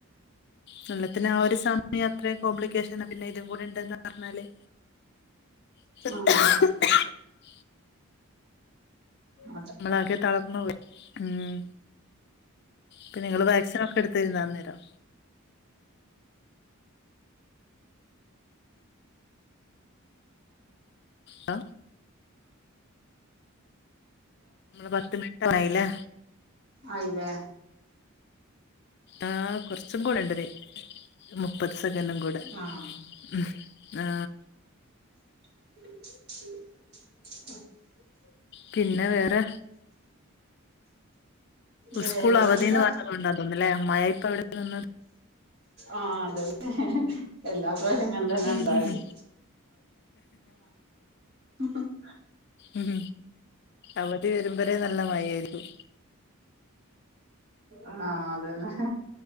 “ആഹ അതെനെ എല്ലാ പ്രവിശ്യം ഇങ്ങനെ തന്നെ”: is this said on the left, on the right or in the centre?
Right